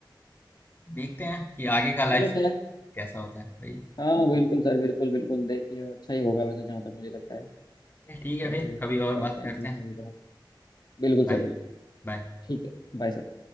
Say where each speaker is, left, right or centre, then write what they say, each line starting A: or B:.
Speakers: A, on the left; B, on the left.
A: देखते हैं कि आगे का लाइफ
B: चलो खैर
A: कैसा होता है भाई
B: हाँ बिल्कुल सर बिल्कुल बिल्कुल देखिए अच्छा ही होगा वैसे जहाँ तक मुझे लगता है
A: ठीक है
B: चलिए
A: फिर
B: करते
A: कभी और बात
B: हैं
A: करते
B: फिर कभी
A: हैं
B: बात बिल्कुल
A: बाय
B: सर बिल्कुल
A: बाय
B: ठीक है Bye sir